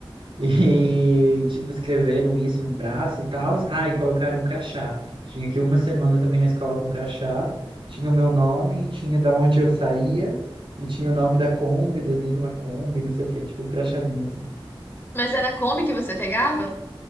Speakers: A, on the right (about 70°); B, on the left (about 25°).
A: E,
B: Uhum.
A: tipo, escreveram isso no braço e tal. Ah, e colocaram um crachá. Tinha aqui uma semana também na escola com crachá. Tinha o meu nome, tinha da onde eu saía, e tinha o nome da Kombi, o desenho de uma Kombi, não sei o quê. Tipo, um crachazinho assim.
B: Mas era a Kombi que você pegava?